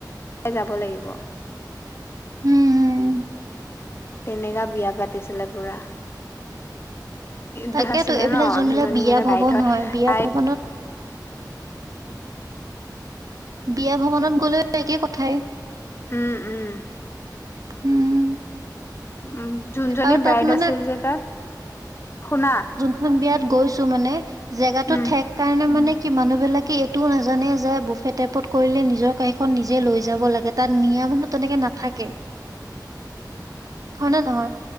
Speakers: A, on the left (about 35°); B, on the right (about 55°).
A: যাব লাগিব।
B: হুম হুম।
A: তেনেকা বিয়া পাতিছিলে পুৰা।
B: তাকেতো
A: দুখ আছিলে
B: এইবিলাক
A: ন
B: যোনবিলাক
A: যোনজনী
B: বিয়া
A: মানে
B: ভৱন
A: বাইদ
B: হয়। বিয়া
A: তাই
B: ভৱনত বিয়া ভৱনত গ'লেও একে কথাই।
A: উম উম।
B: উম
A: উম, যোনজনী
B: আৰু তাত
A: ব্ৰাইড
B: মানে
A: আছিল যে তাত শুনা।
B: জোনখন বিয়াত গৈছো মানে জেগাটো
A: উম,
B: ঠেক কাৰণে মানে কি মানুহবিলাকে এইটোও নাজানে যে বুফে টাইপত কৰিলে নিজৰ কাঁহী খন নিজে লৈ যাব লাগে। তাত নিয়া মানুহ তেনেকে নাথাকে। হয় নে নহয়?